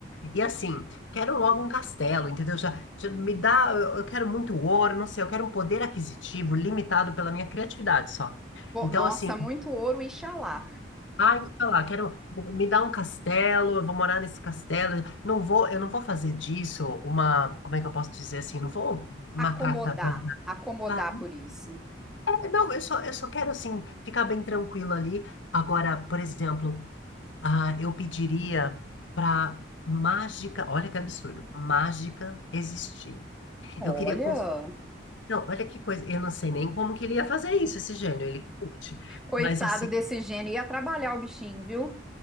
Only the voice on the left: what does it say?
E assim, quero logo um castelo, entendeu? Já, já me dá, eu eu quero muito ouro, não sei, eu quero um poder aquisitivo limitado pela minha criatividade só.
Então,
assim,
ah sei lá, quero me dar um castelo, eu vou morar nesse castelo, não vou, eu não vou fazer disso uma, como é que eu posso dizer assim, eu não vou maltratar.
Ah,
é, Não, eu só, eu só quero assim ficar bem tranquilo ali. Agora, por exemplo, ah, eu pediria para mágica, olha que absurdo, mágica existir.
Eu queria. cons- Não, olha que coisa. Eu não sei nem como que ele ia fazer isso, esse gênio. Ele curte.
Mas assim,